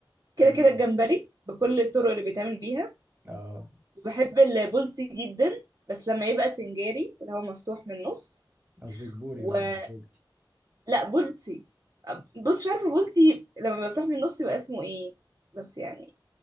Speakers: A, on the right; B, on the right.
A: كده
B: مم.
A: كده الجمبري بكل الطرق اللي بيتعمل بيها
B: اه
A: بحب البولتي جدا بس لما يبقى سنجاري اللي هو مفتوح من النص
B: قصدك بوري
A: ولا
B: بقى مش بولتي
A: بولتي بص مش عارفه بولتي لما بيبقى مفتوح من النص يبقى اسمه ايه بس يعني